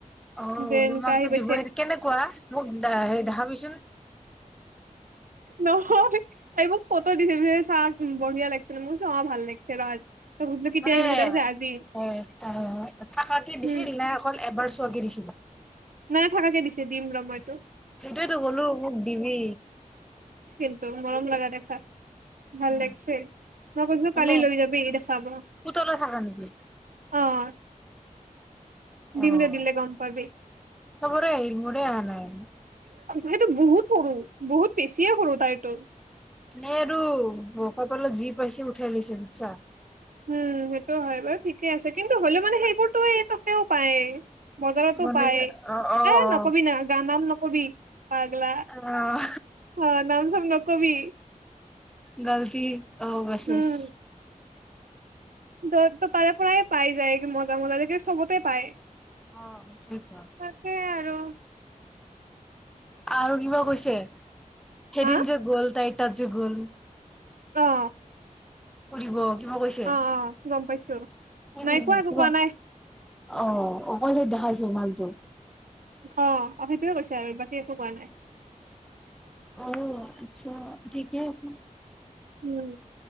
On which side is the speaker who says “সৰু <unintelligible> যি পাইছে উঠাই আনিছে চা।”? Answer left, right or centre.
Centre